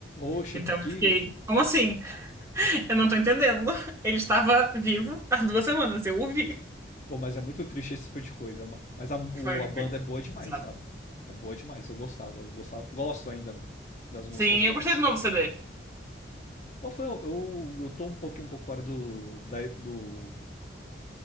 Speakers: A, on the left (about 40°); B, on the right (about 15°).
A: Oxa,
B: Então eu
A: que.
B: fiquei, como assim? Eu não tô entendendo. Ele estava vivo há duas semanas, eu ouvi.
A: Pô, mas é muito triste esse tipo de coisa. ma- Mas a, o-
B: Foi,
A: a banda
B: foi.
A: é boa demais,
B: pesado.
A: sabe? É boa demais. Eu gostava, eu gostava, gosto ainda das músicas
B: Sim,
A: deles.
B: eu gostei do novo CD.
A: Qual foi o, eu, eu tô um pouquinho por fora do, da, do,